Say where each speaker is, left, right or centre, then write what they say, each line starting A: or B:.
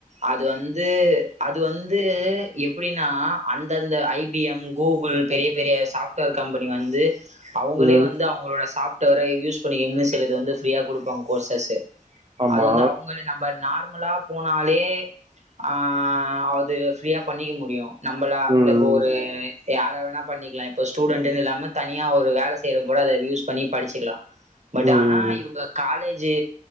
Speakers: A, on the right; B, on the right.
A: அது வந்து அது வந்து எப்டின்னா அந்தந்த ஐ பி எம் கூகுள் பெரிய பெரிய சாஃப்ட்வேர் கம்பெனி வந்து அவுங்களே
B: ம்.
A: வந்து அவுங்களோட சாஃப்ட்வேர யூஸ் பண்ணிக்கீங்கன்னு சிலது வந்து ஃப்ரீயா கொடுப்பாங்க கோர்சஸ்
B: ஆமா.
A: அது வந்து அவுங்களே நம்ப நார்மலா போனாலே ஏ ஆ அது ஃப்ரீயா பண்ணிக்க முடியு நம்பளா
B: ம், ம்.
A: இல்லப்போ ஒரு யார வேணா பண்ணிக்லா இப்போ ஸ்டூடெண்ட்ன்னு இல்லாம தனியா ஒரு வேல செய்ரவங்க கூட அத யூஸ் பண்ணி படிச்சுக்கலா பட்
B: ம்,
A: ஆனா
B: ம்,
A: இவுங்க காலேஜ் ஜி